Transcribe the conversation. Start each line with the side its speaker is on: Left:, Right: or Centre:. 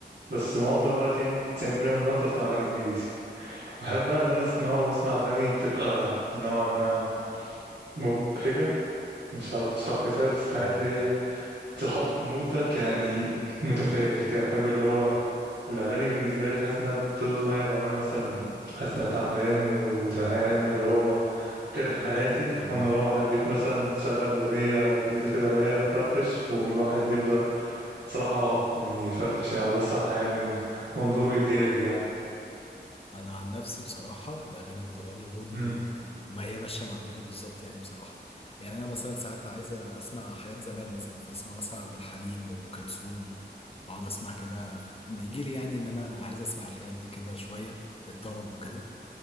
Right: بس معظم الوقت يعني 90% من الوقت أسمع أغاني إنجليزي بحب بقى اللي أنا أسمعه بسمع أغاني بتبقى نوعا ما مبهجة مش عارف أشرحها ازاي بس حاجات
Left: ايوه
Right: اللي
Left: فاهم
Right: هي تحط مودك يعني متفائل كده أحب اللي هو الأغاني بالنسبة لي حاسس إنها بتضبط معايا لو أنا مثلا حاسس إنها تعبان وزهقان اللي هو كاره
Left: هي
Right: حياتي
Left: بتغير المود عامة
Right: وانا مروح البيت مثلا تشغل اغنيه لذيذه كده رايقه تفرفش والواحد يبدا صراحه اه يعني يفرفش يعني يبص على الحياه من منظور ايجابي يعني
Left: انا عن نفسي بصراحه الاغاني بتغير لي مودي
Right: امم
Left: و- وما هي ماشيه مع مودي بالظبط يعني بصراحه يعني انا مثلا ساعات عايزه اسمع حاجات زمان مثلا فاسمع مثلا عبد الحليم وام كلثوم اقعد اسمع كده بيجي لي يعني ان انا عايز اسمع الحاجات دي كده شويه الطرب وكده